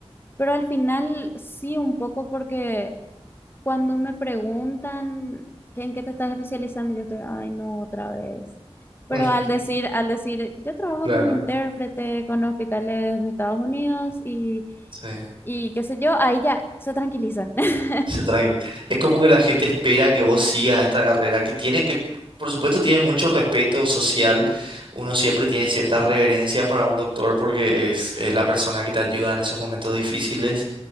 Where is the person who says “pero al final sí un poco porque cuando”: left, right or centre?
Left